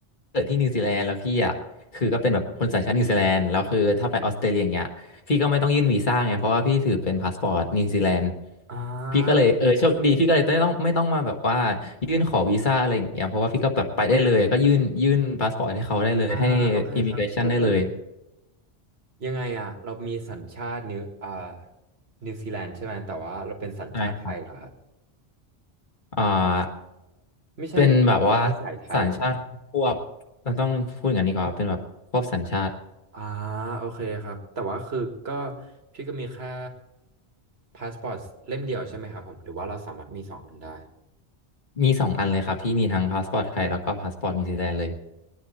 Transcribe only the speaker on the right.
อ่
าอ่าโอเคครับก็คือ
ยังไงอ่ะเรามีสัญชาตินิวอ่านิวซีแลนด์ใช่ไหมแต่ว่าเราเป็นสัญชาติไทยเหรอครับ
ไม่ใช่ดิเชื้อสายไทยอ
อ่าโอเคครับแต่ว่าคือก็พี่ก็มีแค่พาสปอร์ตเล่มเดียวใช่ไหมครับผมหรือว่าเราสามารถมีสองอันได้